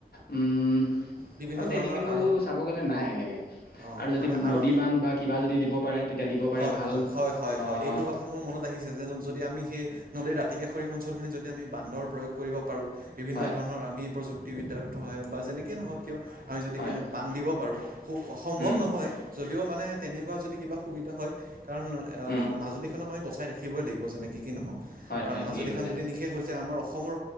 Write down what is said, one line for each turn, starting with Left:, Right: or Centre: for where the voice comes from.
Left: উম্-
Right: বিভিন্ন
Left: আৰু তেনেকেটো
Right: ধৰণৰ আৰু
Left: চাব গ'লে নাই এনেকে,
Right: অঁ
Left: আৰু যদি
Right: মানে আৰু
Left: নদী বান্ধ বা কিবা যদি দিব পাৰে তেতিয়া দিব পাৰে
Right: হয়
Left: ভাল
Right: হয়- হয় হয় হয় এইটো কথা মোৰ মনত বাঢ়িছে যে যদি আমি সেই নদীৰ দাতিকাষৰীয়া অঞ্চলখিনিত যদি আমি বান্ধৰ প্ৰয়োগ কৰিব পাৰোঁ, বিভিন্ন
Left: হয়,
Right: ধৰণৰ আমি প্ৰযুক্তিবিদ্যাৰ সহায়ত বা যেনেকে নহওক কিয় আমি যদি
Left: হয়,
Right: কেনে বান্ধ দিব পাৰোঁ, সু- সম্ভৱ
Left: উম,
Right: নহয়, যদিও মানে তেনেকুৱা যদি কিবা সুবিধা হয় কাৰণ অ্
Left: উম,
Right: মাজুলীখনক আমি বচাই ৰাখিবই লাগিব যেনেকে কি নহওক।
Left: হয়,
Right: কাৰণ
Left: হয়,
Right: মাজুলীখন
Left: ঠিকেই কৈছে।
Right: যদি নিশেষ হৈ যায় আমাৰ অস ষমৰ,